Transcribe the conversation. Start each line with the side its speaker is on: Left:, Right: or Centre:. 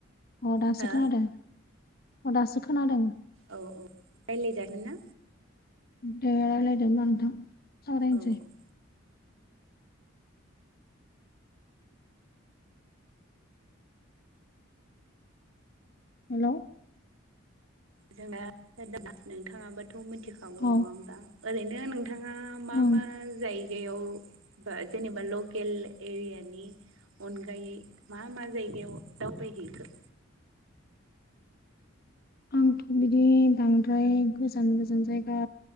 Left: अ दासो
Right: हो
Left: खोनादों अ दासो खोनादों
Right: औ औ रायज्लायजागोन ना
Left: दे रायज्लायदो होनबा नोंथां सावरायनोसै
Right: औ औ
Left: हेल'
Right: जोंना दा नोंथाङाबोथ' मिथिखागौ
Left: औ
Right: नङा होमबा ओरैनो नोंथाङा मा
Left: औ
Right: मा जायगायाव जेनेबा लकेल एरियानि अनगायै मा मा जायगायाव दावबायहैखो
Left: आंथ' बिदि बांद्राय गोजान गोजान जायगा